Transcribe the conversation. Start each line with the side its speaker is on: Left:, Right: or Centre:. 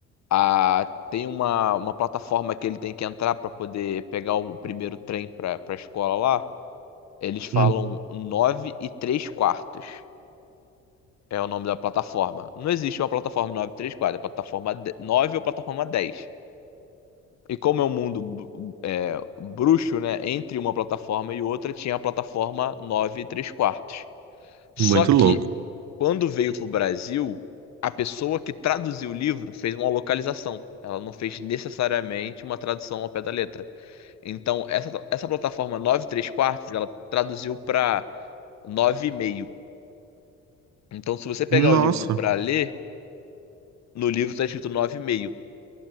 Left: Ah, tem uma, uma plataforma que ele tem que entrar para poder pegar o primeiro trem para a escola lá. Eles falam
Right: Hum,
Left: 9 e 3 quartos. É o nome da plataforma. Não existe uma plataforma 9 e 3 quartos, é plataforma de- 9 ou plataforma dez E como é um mundo br- é, bruxo, né? Entre uma plataforma e outra tinha a plataforma 9 e 3 quartos. Só
Right: muito
Left: que
Right: louco.
Left: Quando veio pro Brasil, a pessoa que traduziu o livro fez uma localização. Ela não fez necessariamente uma tradução ao pé da letra. Então, essa, essa plataforma 9 3 quartos, ela traduziu para nove e meio. Então, se você pegar
Right: Nossa.
Left: o livro para ler, no livro está escrito nove e meio.